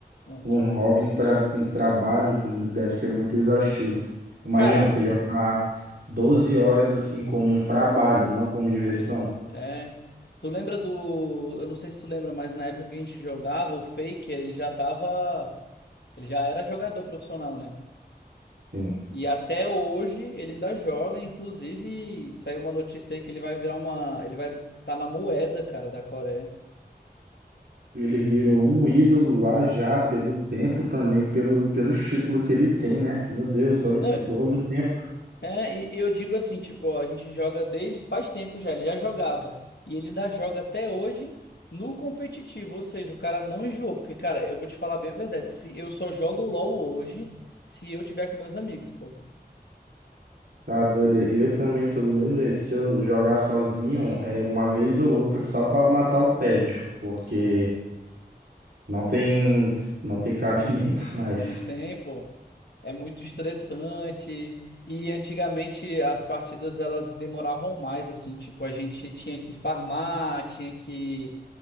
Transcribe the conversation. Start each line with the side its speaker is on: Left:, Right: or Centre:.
Left: Um hobby,
Right: um hobby
Left: né?
Right: em, tra- em trabalho, deve ser muito exaustivo. Imagina,
Left: Cara,
Right: você jogar 12 horas assim como um trabalho, não como diversão.
Left: Ex- É. Tu lembra do. Eu não sei se tu lembra, mas na época que a gente jogava, o Faker, ele já tava. Ele já era jogador profissional, né?
Right: Sim.
Left: E até hoje ele ainda joga. Inclusive, saiu uma notícia aí que ele vai virar uma. Ele vai estar na moeda, cara, da Coreia.
Right: Ele virou um ídolo lá já, pelo tempo também, pelo, pelos títulos que ele tem, né? Meu Deus, olha o
Left: Não,
Right: título, olha o tempo
Left: É, e e eu digo assim, tipo, ó, a gente joga desde faz tempo já, ele já jogava. E ele ainda joga até hoje no competitivo, ou seja, o cara não enjoou, porque, cara, eu vou te falar bem a verdade, se eu só jogo LoL hoje se eu tiver com meus amigos, pô.
Right: Tá doido? Eu também sou do mesmo jeito. Se eu jogar sozinho, é uma vez ou outra só pra matar o tédio, porque não tem não tem cabimento <laughs> mais.
Left: Não tem, pô. É muito estressante. E antigamente as partidas elas demoravam mais, assim, tipo, a gente tinha que farmar, tinha que